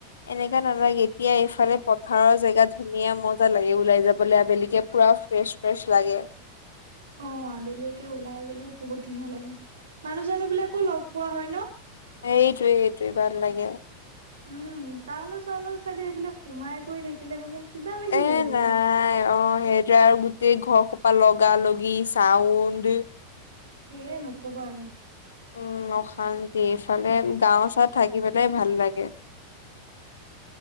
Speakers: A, on the left; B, on the right.
A: এনেকা নালাগে এতিয়া এইফালে পথাৰৰ জেগাত ধুনীয়া মজা লাগে ওলাই যাবলে আবেলিকে পুৰা ফ্ৰেছ ফ্ৰেছ লাগে।
B: অ আবেলিকে ওলাই গলে বহুত ধুনীয়া লাগে মানুহ চানু বিলাকো লগ পোৱা হয় ন?
A: এইটোৱে এইটোৱে ভাল লাগে।
B: উম টাউনৰ চাউন চাইডে এইবিলাক সোমাই কৰি থাকিলে মানে কিবা লাগি
A: এ
B: যায়গৈ।
A: নাই অ সেইটোৱে আৰু গোটেই ঘৰ সোপা লগা লগি, চাউণ্ড
B: সেয়ে নকবা আৰু।
A: উম অশান্তি এইফালে গাও চাওঁত থাকি পেলাই ভাল লাগে।